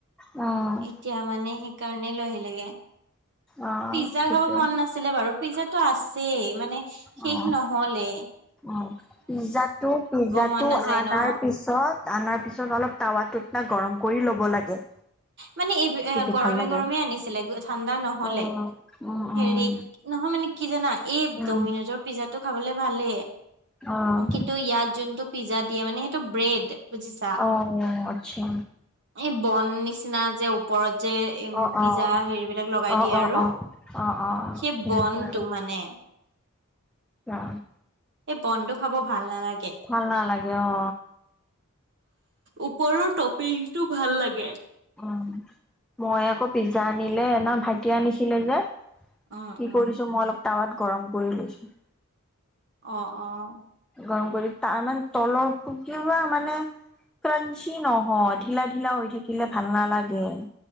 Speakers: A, in the centre; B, on the right (about 55°).
A: অ',
B: এতিয়া মানে সেই সেইকাৰণেই লৈ আহিলে গে,
A: অ',
B: পিজ্জা
A: সেইটো
B: খাব মন নাছিলে বাৰু পিজ্জাতটো আছ লেই মানে শেষ
A: অ',
B: নহ'লেই।
A: অ', পিজ্জাটো পিজ্জাটো
B: মন নাযায়
A: আনাৰ
B: ন
A: পিছত আনাৰ তাৰপিছত অলপ টাৱাটোত না গৰম কৰি ল'ব লাগে।
B: মানে এব-এ
A: তেতিয়া
B: গৰমে
A: ভাল লাগে।
B: গৰমে আনিছিলে ঠাণ্ডা নহ'লে।
A: অ'। উম, উম,
B: হেৰি নহয় মানে কি জানা এই
A: উম,
B: ড'মিনেজৰ পিজ্জাটো খাবলৈ ভালে,
A: অ',
B: কিন্তু ইয়াত যোনটো পিজ্জা দিয়ে মানে সেইটো ব্ৰেড। বুজিছা
A: অ', আছা।
B: এই বন নিচিনা যে ওপৰত যে উম
A: অ',
B: পিজ্জা
A: অ',
B: হেৰিবিলাক লগাই
A: অ',
B: দিয়ে
A: অ',
B: আৰু
A: অ', অ', অ',
B: সেই
A: তেনেকুৱা
B: বন
A: আৰু।
B: টো মানে
A: অ,
B: এই বনটো খাব ভাল নালাগে
A: ভাল নালাগে অ।
B: ওপৰৰ টপিংটো ভাল লাগে।
A: উম, মই আকৌ পিজ্জা আনিলে, এনা ভাইটিয়ে আনিছিলে যে,
B: উম
A: কি
B: উম
A: কৰিছো মই অলপ টাৱাত গৰম কৰি লৈছোঁ।
B: অ অ।
A: গৰম কৰি, তাৰমান তলৰটো কিবা মানে, ক্ৰাঞ্চি নহয়, ঢিলা ঢিলা হৈ থাকিলে ভাল নালাগে।